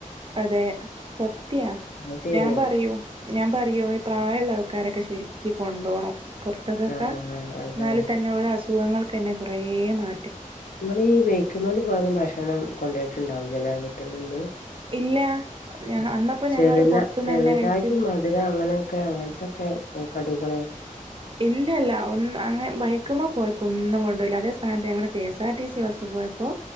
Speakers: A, on the right; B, on the left.
A: അതെ സത്യാ
B: അത് ശരിയാണ്.
A: ഞാൻ പറയും ഞാൻ പറയും ഈ പ്രായള്ള ആൾക്കാരൊക്കെ ശെരി ക്യും കൊണ്ടോണം പോറത്ത്ക്കൊക്കെ
B: ആഹ് അതാണ്.
A: ന്നാല്തന്നെ ഓലെ അസുഖങ്ങള്ക്കെന്നെ കൊറേ മാ
B: ഇങ്ങള് ഈ ബേയ്ക്ക്‌മ്മല് പോയപ്പം ഭക്ഷണം കൊണ്ടോയിട്ടുണ്ടാവൂലലെ വീട്ട്ന്നോന്നും
A: ഇല്ല ഞ
B: ആ
A: അന്നപ്പോ
B: ചെറ്ന്ന
A: ഞങ്ങള് പൊറത്ത്ന്നന്നെ
B: ചെറ്തായിട്ട്
A: കഴിച്ച്
B: മധുരം അങ്ങനെയൊക്കെ അങ്ങന് ഒക്കെ കടികളെ
A: ഇല്ലല്ല ഒന്ന് അങ്ങനെ ബൈക്ക്മ്മ ‌ പോയപ്പോന്നും കൊണ്ടോയ്ല്ല അതേ സ്ഥാനത്ത് ഞങ്ങള് K S R T C bus പോയപ്പോ